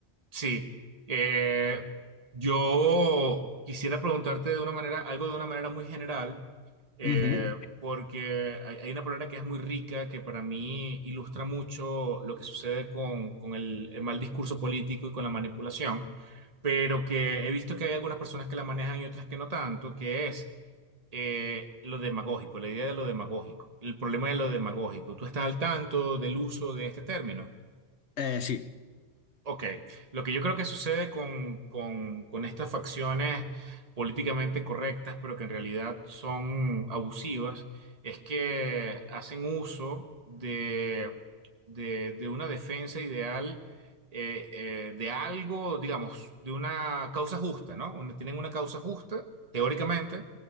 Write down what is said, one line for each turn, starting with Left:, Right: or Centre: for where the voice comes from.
Right: Sí. Eh, yo quisiera preguntarte de una manera, algo de una manera muy general, eh,
Left: Ujú.
Right: porque hay, hay una palabra que es muy rica, que para mí ilustra mucho lo que sucede con, con el el mal discurso político y con la manipulación, pero que he visto que hay algunas personas que la manejan y otras que no tanto, que es eh, lo demagógico, la idea de lo demagógico, el problema de lo demagógico. ¿Tú estás al tanto del uso de este término?
Left: Eh, sí.
Right: Ok, lo que yo creo que sucede con, con- con estas facciones políticamente correctas, pero que en realidad son abusivas, es que hacen uso de, de- de una defensa ideal, eh, eh, de algo, digamos, de una causa justa, ¿no? Una- tienen una causa justa, teóricamente,